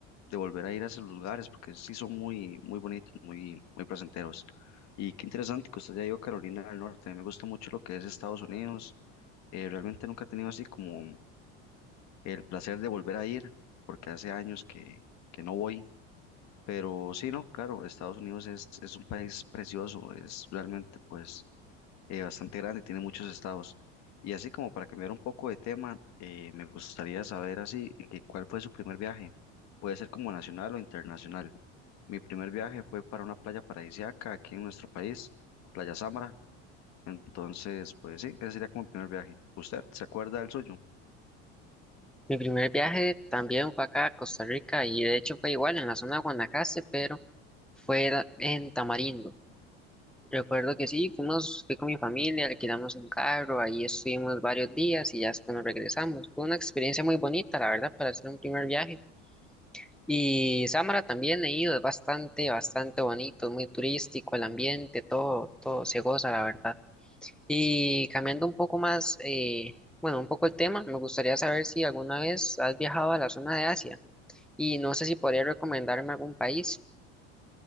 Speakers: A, on the left; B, in the centre.
A: de volver a ir a esos lugares porque sí son muy, muy bonitos, muy, muy placenteros. Y qué interesante que usted ya ido a Carolina del Norte. A mí me gusta mucho lo que es Estados Unidos. Eh, realmente nunca he tenido así como el placer de volver a ir porque hace años que, que no voy pero sí, no, claro, Estados Unidos es, es un país precioso, es realmente pues eh, bastante grande, tiene muchos estados. Y así como para cambiar un poco de tema, eh, me gustaría saber así, que ¿cuál fue su primer viaje? Puede ser como nacional o internacional. Mi primer viaje fue para una playa paradisíaca aquí en nuestro país, Playa Sámara. Entonces, pues sí, ese sería como el primer viaje. ¿Usted se acuerda del suyo?
B: Mi primer viaje también fue acá a Costa Rica y de hecho fue igual en la zona de Guanacaste, pero fue la- en Tamarindo. Recuerdo que sí, fuimos, fui con mi familia, alquilamos un carro, ahí estuvimos varios días y ya después nos regresamos. Fue una experiencia muy bonita, la verdad, para hacer un primer viaje. Y Samara también he ido, es bastante, bastante bonito, es muy turístico, el ambiente, todo, todo se goza, la verdad. Y cambiando un poco más, eh, bueno, un poco el tema, me gustaría saber si alguna vez has viajado a la zona de Asia. Y no sé si podría recomendarme algún país.